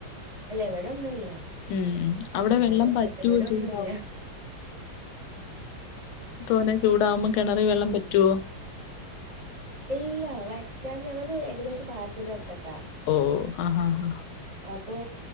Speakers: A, on the right; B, on the left.
A: അല്ല ഇവടെ ഒന്നുല്ല
B: ഉം അവിടെ
A: ഇല്ലാതെ
B: വെള്ളം വറ്റുവോ
A: ഇതുവരെ
B: ചൂടാവു
A: ഒന്നുല്ല
B: തോന്നെ ചൂടാവുമ്പൊ കിണറി വെള്ളം വറ്റുവോ
A: ഇല്ല വറ്റാൻ ഞങ്ങള്ത് ഏകദേശം പാടത്തിന്റെ വക്കത്താ
B: ഓ ആഹ് അഹ്
A: അപ്പൊ